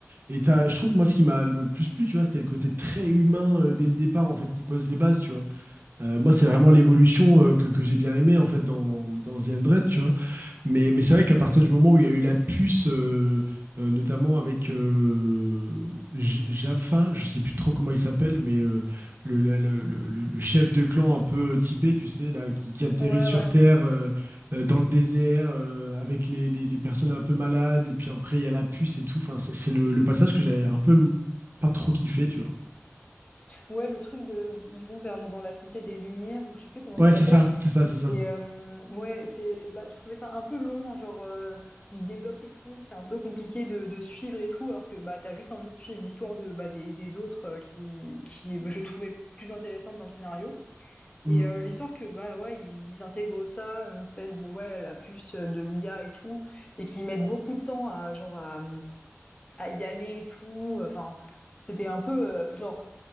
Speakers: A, on the right; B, on the left.
A: Et t'as, je trouve, moi, ce qui m'a le plus plu, tu vois, c'était le côté très humain euh, dès le départ, en fait, qui pose les bases, tu vois. Euh, moi, c'est vraiment l'évolution euh, que, que j'ai bien aimé, en fait, dans, dans The Hundred, tu vois. Mais, mais c'est vrai qu'à partir du moment où il y a eu la puce, euh, euh, notamment avec euh, J- Jaffa, je sais plus trop comment il s'appelle, mais euh, le, le- le- le- le- chef de clan un peu typé, tu sais, là, qui, qui atterrit
B: Ouais,
A: sur
B: ouais.
A: Terre euh, euh, dans le désert euh, avec les, les- les personnes un peu malades, et puis après il y a la puce et tout. Enfin, c'est c'est le, le passage que j'avais un peu m- pas trop kiffé, tu vois.
B: Ouais, le truc de ils vont vers dans la cité des Lumières ou je sais plus comment
A: Ouais,
B: ça s'appelle.
A: c'est ça, c'est ça, c'est ça.
B: Et euh, ouais, c'est, bah, je trouvais ça un peu long, hein, genre euh, il débloque et tout, c'est un peu compliqué de, de suivre et tout, alors que bah t'as juste envie de suivre l'histoire de bah, des, des autres euh, qui, qui bah, je trouvais plus intéressante dans le scénario.
A: Mm.
B: Et euh, l'histoire que bah ouais, ils, ils intègrent ça, une espèce de ouais la puce de l'IA et tout, et qui mettent beaucoup de temps à genre à, à y aller et tout. euh, Enfin, c'était un peu euh, genre